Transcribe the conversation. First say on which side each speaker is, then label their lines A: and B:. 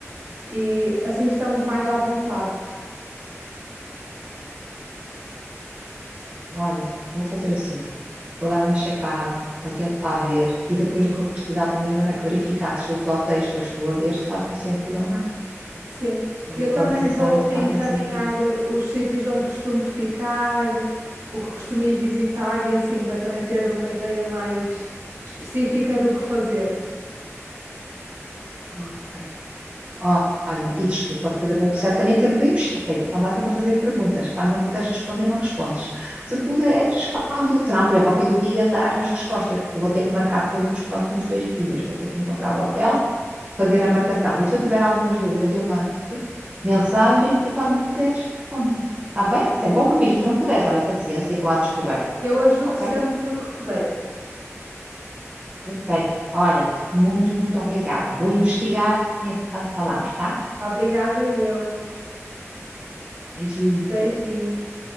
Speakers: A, on the right; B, on the right.
A: e assim estamos mais à vontade.
B: Olha, vou fazer assim, vou dar uma checada, vou tentar ver, e depois o que eu precisava mesmo era que verificasse se os hotéis que eu estou a ver se fazem sentido ou não,
A: Sim.
B: a localização
A: Eu também lhe vou
B: e
A: reencaminhar
B: se fazem sentido.
A: eh, os sítios onde costumo ficar, o que costumo ir visitar e assim, para também ter uma ideia mais específica do que fazer.
B: Ok. Ó, Olha, e desculpa, depois eu vou certamente ter um bocadinho chata e vou-te andar sempre a fazer perguntas. Quando não puderes responder, não respondes. Se puderes, quando, se não, por exemplo, ao fim do dia, dás-me as respostas, porque eu vou ter que marcar tudo nos próximos dois dias. Vou ter que encontrar o hotel, fazer a marcação. Por isso, se eu tiver algumas dúvidas, eu mando-te mensagem e quando puderes, responde-me. Está bem? Sem compromisso. Se não puderes, olha, paciência e vou à descoberta.
A: Eu ajudo
B: Ok?
A: sempre no que puder.
B: Ok. Olha, muito, muito obrigada. Vou investigar e, entretanto, falamos, tá?
A: Obrigada, eu.
B: Beijinho.
A: Beijinhos.